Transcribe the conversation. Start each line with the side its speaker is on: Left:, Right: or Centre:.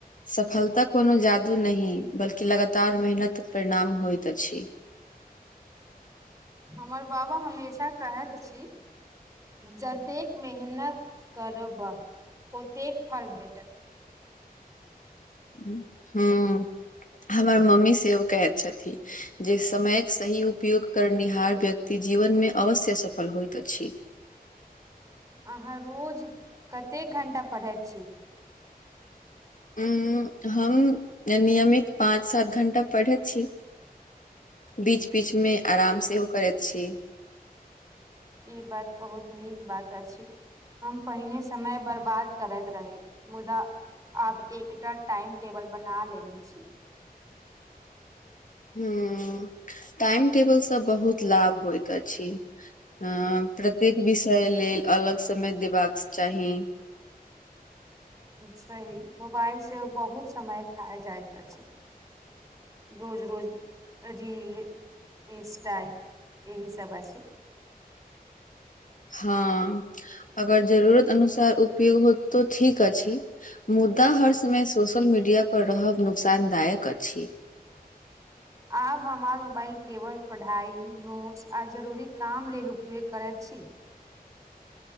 Left: सफलता कोनो जादू नहिं बल्कि लगातार मेहनत परिणाम होइत अछि
Right: हमर बाबा हमेशा कहैत अछि जतेक मेहनत करबह ओतेक फल भेटत
Left: हूंम्म हमर मम्मी सेव कहैत छथि जे समयक सही उपयोग करनिहार व्यक्ति जीवन मे अवश्य सफल होइत अछि
Right: अहाँ रोज कतेक घण्टा पढ़ैत छी
Left: उंम्म हम नियमित पाँच सात घंटा पढ़ैत छी बीच बीच मे आराम सेहो करैत छी
Right: ई बात बहुत नीक बात अछि हम पहिने समय बर्बाद करैत रही मुदा आब एकटा टाइम टेबल बना लेने छी
Left: हूंम्म टाइम टेबलसँ बहुत लाभ होइत अछि हँ प्रत्येक विषय लेल अलग समय देबाक चाही
Right: सही मोबाइल सेहो बहुत समय खाइ जाइत अछि रोज रोज रील इन्सटा एहिसब अछि
Left: हँ अगर जरूरत अनुसार उपयोग होत तो ठीक अछि मुद्दा हर समय सोशल मीडिया पर रहब नुकसानदायक अछि
Right: आब हमर मोबाइल केवल पढ़ाइ नोट्स आ जरूरी काम लेल उपयोग करैत छी